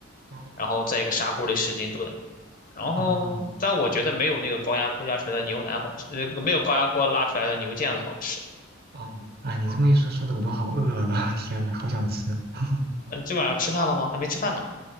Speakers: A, on the right; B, on the left.
A: 哦
B: 然后在一个砂锅里使劲炖，然后但我觉得没有那个高压锅压出来的牛腩好吃，
A: 哦
B: 呃，没有高压锅拉出来的牛腱子好吃。
A: 哦！哎，你这么一说，说的我都好饿了，<laughs> 天呐，好想吃。<laughs>
B: 嗯、这晚上吃饭了吗？还没吃饭呢。